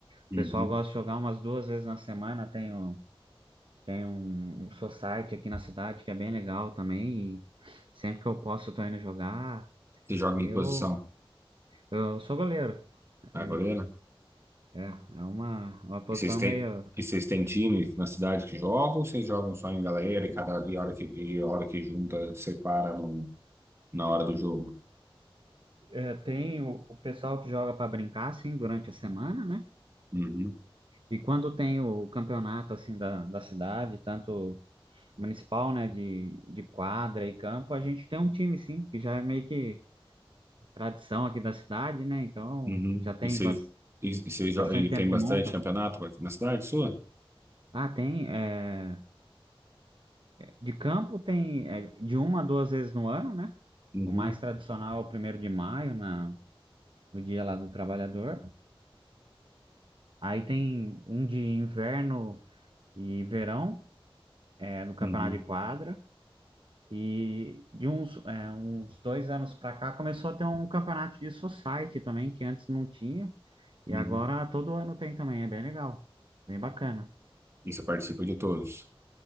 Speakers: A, on the right; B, on the right.
A: uhum.
B: O pessoal gosta de jogar umas duas vezes na semana. Tem, um- tem um, um society aqui na cidade que é bem legal também. E sempre que eu posso, eu tô indo jogar.
A: Você joga
B: Eu.
A: em que posição?
B: Eu sou goleiro.
A: Ah,
B: É,
A: goleira
B: é é uma, uma posição
A: E vocês têm,
B: meio.
A: e vocês têm time na cidade que jogam ou vocês jogam só em galera e cada e hora que, e hora que junta, separa no, na hora do jogo?
B: é, tem o, o pessoal que joga para brincar, assim, durante a semana, né?
A: Uhum,
B: E quando tem o campeonato, assim, da, da cidade, tanto municipal, né, de, de quadra e campo, a gente tem um time, sim, que já é meio que tradição aqui da cidade, né? Então,
A: uhum.
B: já tem
A: E vocês,
B: bas-
A: e, e vocês jo-
B: bastante
A: e
B: tempo
A: tem
B: que
A: bastante
B: monta.
A: campeonato na cidade sua?
B: Ah, tem. é, de campo tem é, de uma a duas vezes no ano, né?
A: Uhum,
B: O mais tradicional é o primeiro de maio, na, no dia lá do trabalhador. Aí tem um de inverno e verão, é, no campeonato
A: uhum,
B: de quadra. E de uns, é, uns dois anos para cá começou a ter um campeonato de society também, que antes não tinha. E
A: uhum.
B: agora todo ano tem também, é bem legal, bem bacana.
A: E você participa de todos?